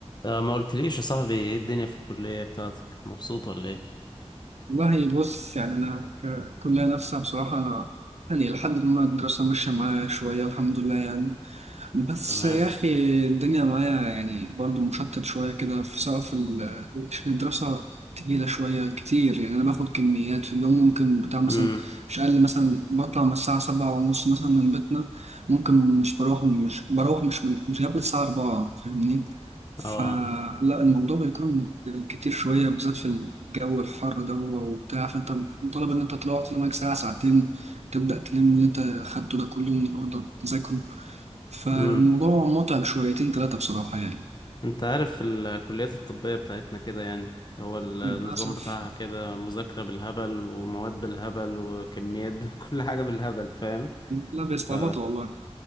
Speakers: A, on the left; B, on the right.
A: آه، ما قلتليش يا صاحبي ايه الدنيا في الكلية بتاعتك مبسوط ولا ايه
B: والله بص يعني أنا ك- كلية نفسها بصراحة أنا يعني لحد ما الدراسة ماشية معايا شوية الحمد لله يعني بس
A: تمام
B: يا أخي الدنيا معايا يعني برضو مشتت شوية كده في سواء في ال- عشان الدراسة تقيلة شوية كتير يعني أنا باخد كميات في اليوم ممكن بتاع مثلا
A: امم
B: مش أقل مثلا بطلع من الساعة سبعة ونص مثلا من بيتنا ممكن مش بروح مش بروح مش من مش قبل الساعة أربعة فاهمني فلا
A: اه
B: الموضوع بيكون كتير شوية بالذات في الجو الحر ده وبتاع فأنت مطالب إن أنت تروح تنام ساعة ساعتين تبدأ تلم اللي أنت أخدته ده كله النهاردة تذاكره فالموضوع
A: امم
B: متعب شويتين تلاتة بصراحة يعني
A: انت عارف الكليات الطبية بتاعتنا كده يعني هو النظام
B: للأسف
A: بتاعها كده مذاكرة بالهبل ومواد بالهبل وكميات ب- <laughs> كل حاجة بالهبل فاهم
B: لا بيستعبطوا
A: ف
B: والله